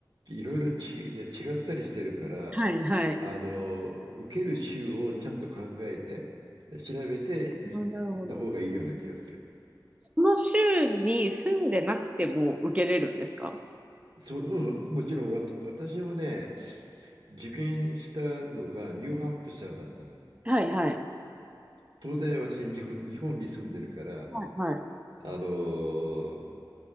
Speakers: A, on the right (about 65°); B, on the right (about 15°).
A: いろいろち、で違ったりしてるから、
B: はい、はい。
A: あの、受ける州をちゃんと考えて、調べてい行った方がいいような気がする。
B: あ、なるほど。その州に住んでなくても受けれるんですか
A: そ、うん、もちろんわ私もね、受験したのがニューハンプシャーだったの。
B: はい、はい。
A: 当然私日本、日本に住んでるから、
B: はい、はい。
A: あの、